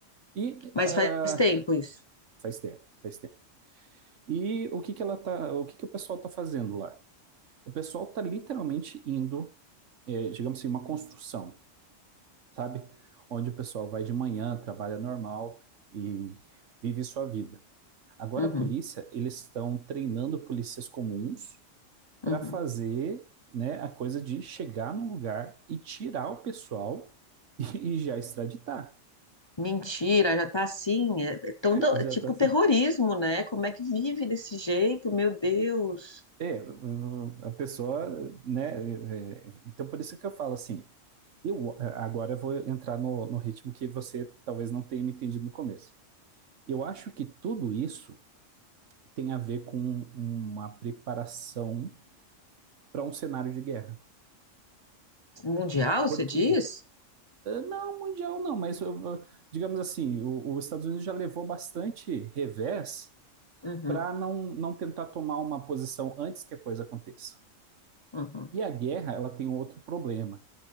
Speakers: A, on the right; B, on the left.
A: E
B: Mas
A: ah,
B: faz tempo isso.
A: faz tempo, faz tempo. E o que que ela tá, o que que o pessoal tá fazendo lá? O pessoal tá literalmente indo, é, digamos assim, uma construção sabe? Onde o pessoal vai de manhã, trabalha normal e vive sua vida. Agora
B: Uhum,
A: a polícia, eles estão treinando polícias comuns para
B: uhum.
A: fazer, né, a coisa de chegar num lugar e tirar o pessoal <laughs> e, e já extraditar.
B: Mentira, já tá assim. É, é tão-
A: <laughs>
B: tão-
A: Já
B: é tipo
A: tá. assim.
B: terrorismo, né? Como é que vive desse jeito? Meu Deus.
A: É, a pessoa, né? é, então por isso que eu falo assim. Eu agora eu vou entrar no, no ritmo que você talvez não tenha me entendido no começo. Eu acho que tudo isso tem a ver com uma preparação para um cenário de guerra.
B: Mundial,
A: Porque,
B: você diz?
A: não, mundial não, mas eh, digamos assim, os Estados Unidos já levou bastante revés
B: Uhum,
A: para não, não tentar tomar uma posição antes que a coisa aconteça.
B: uhum.
A: E a guerra, ela tem um outro problema.